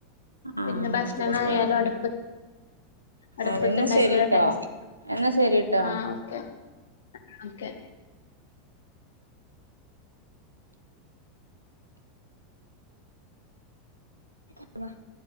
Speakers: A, on the right (about 90°); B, on the left (about 65°).
A: ആഹ്
B: പിന്നെ ഭക്ഷണായാലും
A: അതുകൊണ്ടാ
B: അടുപ്പ അടുപ്പത്തണ്ടാക്കിയല
A: അതെന്നാ ശരിട്ടോ
B: ടേസ്റ്റ്
A: എന്നാ ശരിട്ടോ
B: ആഹ് ഓക്കെ ഓക്കെ
A: <unintelligible>